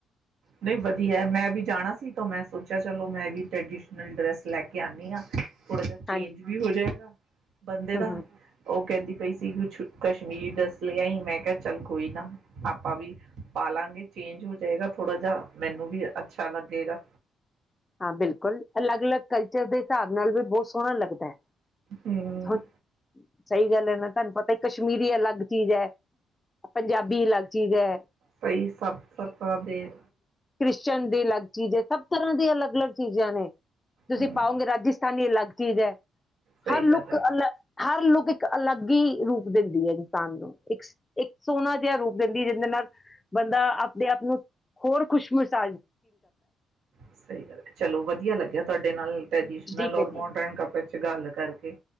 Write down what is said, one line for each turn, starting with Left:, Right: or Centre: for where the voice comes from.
Right: ਨਹੀਂ ਵਧੀਆ ਮੈਂ ਵੀ ਜਾਣਾ ਸੀ ਤਾਂ ਮੈਂ ਸੋਚਿਆ ਚਲੋ ਮੈਂ ਵੀ ਟ੍ਰੈਡੀਸ਼ਨਲ ਡਰੈਸ ਲੈ ਕੇ ਆਣੀ ਆਂ। ਥੋੜਾ ਜਿਆ ਚੇਂਜ
Left: ਹਾਂਜੀ
Right: ਵੀ ਹੋ ਜਾਏਗਾ ਬੰਦੇ
Left: ਹੂੰ
Right: ਦਾ,
Left: ਹੂੰ
Right: ਔ ਕੈੰਦੀ ਪਈ ਸੀ ਕੁਛ ਕਸ਼ਮੀਰੀ ਡਰੈੱਸ ਲੇ ਆਈ, ਮੈਂ ਕਿਆ ਚੱਲ ਕੋਈ ਨਾ। ਆਪਾਂ ਵੀ ਪਾਲਾਂਗੇ। ਚੇਂਜ ਹੋ ਜਾਏਗਾ ਥੋ ਥੋੜਾ ਜਿਆ ਮੈਨੂੰ ਵੀ ਅੱਛਾ ਲੱਗੇਗਾ।
Left: ਹਾਂ, ਬਿਲਕੁਲ ਅਲੱਗ-ਅਲੱਗ ਕਲਚਰ ਦੇ ਸਾਬ ਨਾਲ ਵੀ ਬੌਤ ਸੋ ਸੋਣਾ ਲੱਗਦੈ।
Right: ਹਮ
Left: ਹਾਂ, ਸਹੀ ਗੱਲ ਐ ਨਾ ਤਾਨੂੰ ਪਤਾ ਈ ਕਸ਼ ਕਸ਼ਮੀਰੀ ਅਲੱਗ ਚੀਜ਼ ਐ, ਪੰਜਾਬੀ ਅਲੱਗ ਚੀਜ਼ ਐ।
Right: ਸਹੀ ਸਤ ਸਤਾ ਦੇ
Left: ਕ੍ਰਿਸ਼ਚਨ ਦੇ ਲੱਗ ਚੀਜ਼ ਏ, ਸਭ ਤਰ੍ਹਾਂ ਦੀ ਅਲੱਗ-ਅਲੱਗ ਚੀਜ਼ਾਂ ਨੇ। ਤੁਸੀਂ
Right: ਹਮ
Left: ਪਾਓਗੇ ਰਾਜਸਥਾਨੀ ਲੱਗ ਚੀਜ਼ ਐ।
Right: ਸਹੀ
Left: ਹਰ ਲੁਕ
Right: ਗੱਲ ਹੈ
Left: ਅਲ ਹਰ ਲੁਕ ਇਕ ਅਲੱਗ ਈ ਰੂਪ ਦਿੰਦੀ ਏ ਇਨਸਾਨ ਨੂੰ। ਇੱਕ ਸੀ ਇੱਕ ਸੋਣਾ ਜਿਆ ਰੂਪ ਦਿੰਦੀ ਐ, ਜਿੰਦੇ ਨਾਲ ਬੰਦਾ ਆਪਦੇ ਆਪ ਨੂੰ ਹੋਰ ਖੁਸ਼ ਮਸਾਜ
Right: ਸਹੀ ਗੱਲ ਐ, ਚਲੋ ਵਧੀਆ ਲੱਗਿਆ ਤਾਡੇ ਨਾਲ ਟ੍ਰੈਡੀਸ਼ਨਲ
Left: ਜੀ
Right: ਔਰ
Left: ਮੈਨੂੰ
Right: ਮੋਡਰਨ ਕੱਪੜੇ ਚ ਗੱਲ ਕਰਕੇ।